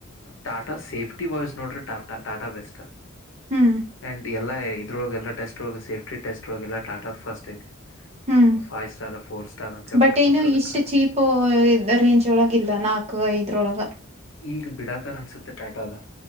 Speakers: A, on the left; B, on the right.
A: ಟಾಟಾ ಸೇಫ್ಟಿ ವಾಯ್ಸ್ ನೋಡ್ರೆ ಟಾಟಾ ಟಾಟಾ ಬೆಸ್ಟ್
B: ಹ್ಮ್
A: ಅಂಡ್ ಎಲ್ಲ ಇದ್ರೊಳಗೆಲ್ಲ ಟೆಸ್ಟ್ ಒಳ ಸೇಫ್ಟಿ ಟಸ್ಟ್ ಒಳ ಎಲ್ಲ ಟದ ಫಸ್ಟ್ ಐತಿ
B: ಹ್ಮ್
A: ಫೈವ್ ಸ್ಟಾರ್ ಫೋರ್ ಸ್ಟಾರ್ ಅಂತ ಹೇಳಳ್ಕಟ್ಕೊಂತದಕ್ಕೆ
B: ಬಟ್ ಏನು ಇಷ್ಟು ಚೀಪ್ ರೇಂಜ್ ಒಳಗ ಇಲ್ಲ ನಾಲ್ಕು ಐದರೊಳಗ
A: ಈಗ ಬಿಡಾತಾರ ಅನ್ಸುತ್ತೆ ಟಾಟದ